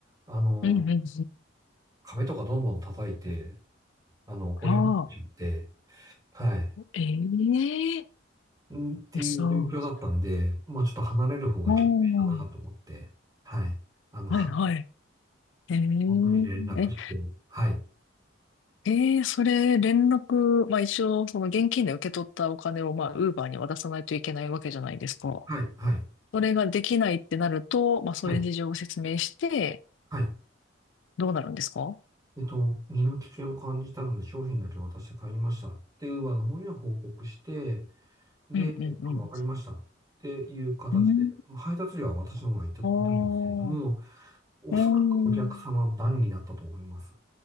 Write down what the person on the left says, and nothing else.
うん、うん、うん。
ああ、
ええ
そ
う。うん、
はい、
はい。え
え
え、ええそれ、連絡、まあ一応、その現金で受け取ったお金を、まあ、ウーバーに渡さないといけないわけじゃないですか。
それができないってなると、まあそういう事情を説明して、
どうなるんですか
うん、うん、うん。
うん、
ああ、
うん。